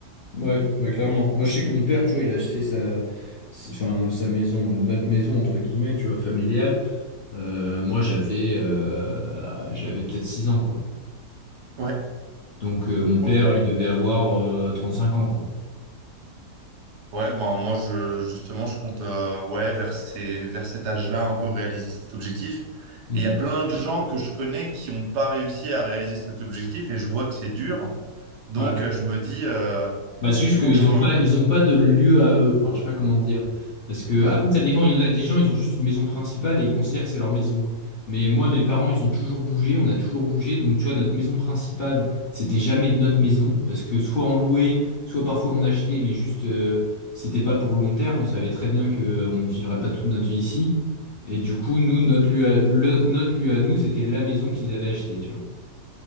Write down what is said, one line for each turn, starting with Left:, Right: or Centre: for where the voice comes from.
Left: Ouais, bah clairement. Moi, je sais que mon père, tu vois, il a acheté sa, sa- enfin, sa maison, euh, notre maison, entre guillemets, tu vois, familiale. Euh, moi, j'avais euh, j'avais peut-être 6 ans, quoi.
Right: Ouais,
Left: Donc, euh, mon père,
Right: ok.
Left: il devait avoir euh, cinq ans, quoi.
Right: Ouais, ben moi je justement je compte euh, ouais vers ces vers cet âge-là un peu réaliser cet objectif.
Left: Mm.
Right: Et il y a plein de gens que je connais qui n'ont pas réussi à réaliser cet objectif et je vois que c'est dur. Donc
Left: Ouais.
Right: euh, je me dis euh,
Left: Bah, c'est
Right: il
Left: juste
Right: faut
Left: qu'ils
Right: que j'en
Left: n'ont pas, ils ont pas de lieu à eux. Enfin, je sais pas comment te dire. Parce que,
Right: Hmm.
Left: après, ça dépend. Il y en a des gens, ils ont juste une maison principale et ils considèrent que c'est leur maison. Mais moi, mes parents, ils ont toujours bougé. On a toujours bougé. Donc, tu vois, notre maison principale, c'était jamais notre maison. Parce que soit on louait, soit parfois on achetait, mais juste, euh, c'était pas pour le long terme. On savait très bien que, euh, on ne vivrait pas toute notre vie ici. Et du coup, nous, notre lieu à, le- notre lieu à nous, c'était la maison qu'ils avaient achetée, tu vois.